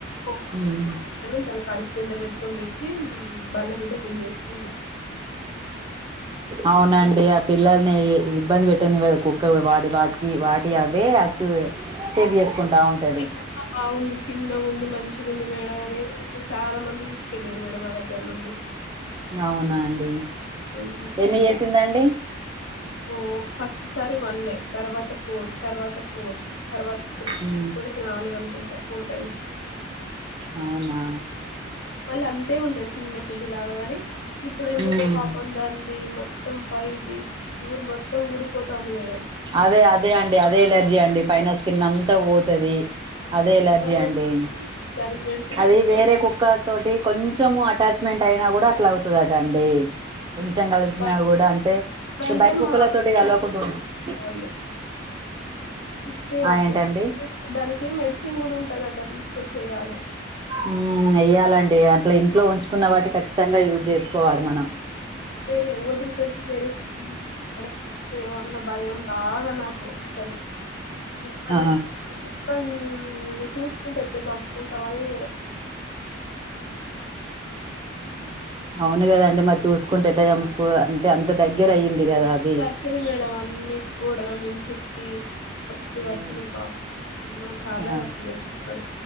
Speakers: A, on the left (about 65°); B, on the right (about 25°).
A: ఒక్క ఒక్క
B: ఉమ్
A: తన కడుపు కింద పెట్టుకొని తెచ్చి బల్ల పీట కిందేసుకుంది
B: అవునండి పిల్లల్ని ఇబ్బంది పెట్టనివదు కుక్క వాటి వాటికి వాటి అవే అచ్చు తేబి జెసుకుంటా ఉంటది
A: మీ కుక్క బాగుంది చిన్నగా ఉంది మంచిగా ఉంది మేడం అని వు వు చాలా మంది తీసుకెళ్ళారు మేడం మా దగ్గర నుండి
B: అవునా అండి
A: పంది పిల్లలు
B: ఎన్ని చేసిందండి
A: ఓ ఫస్ట్ సారి వన్ తర్వాత ఫోర్ తర్వాత ఫోర్ తర్వాత త్రీ
B: ఉమ్,
A: ఇప్పటికి నాలుగు అనుకుంట ఫోర్ టైమ్స్
B: అవునా
A: మళ్ళ అంతే ఉంటది చిన్న పిల్లులాగా గాని ఇప్పుడు ఎందుకో
B: ఉమ్,
A: పాపం దాంది మొ మొత్తం పైది బూర్ మొత్తం ఊడిపోతాంది మేడం
B: అదే అదే అండి అదే ఇలర్జీ అండి పైన స్కిన్ అంతా వోతది
A: మ్
B: అదే
A: అంతా
B: ఎలర్జి
A: పోతుంది
B: అండి
A: దానికి మెడిసిన్
B: అదే
A: తీసుకొ
B: వేరె కుక్క తోటి కొంచెం అటాచ్మెంట్ అయినా గుడా అట్లా అవుత అండి కొంచెం కలిసిన
A: బయట
B: గుడా అంటే
A: అంటే
B: బయట కుక్కల
A: మా
B: తొటి కలవకుండ క
A: వాళ్ళు ఉత్తి వడ్ల
B: ఆ ఏంటండి
A: కి దానికి మెడ్స్ చిన్ గుడా ఉంటదంట తీసుకొని చెయ్యలె
B: మ్ వెయ్యాలండి అట్లా ఇంట్లో ఉంచుకున్న వాటి ఖచ్చితంగా యూజ్ చేసుకోవాలి మనం
A: వేరె ఓదులు పెడతం వేరె ఇక్కడ ఏమన్న భగెం మ్ న్న బాగా నాకు అసలు కుక్కల
B: ఆ
A: మధ్యలో కుక్కని ఇ చూసుకుంటే ఎట్లా చంపుకుంటామని
B: హు హు అవును గదండి మరి చూసుకుంటే ఎలా చంపుకు అంటే అంత దగ్గర అయింది కదా అది
A: లేదు మేడం అన్ని గొడల మించి ఏక్కి మస్తు ఖర్చులే
B: మ్మ్
A: పాపం ఎన్నో సార్లు
B: ఆ
A: ఖర్చులో క్కదు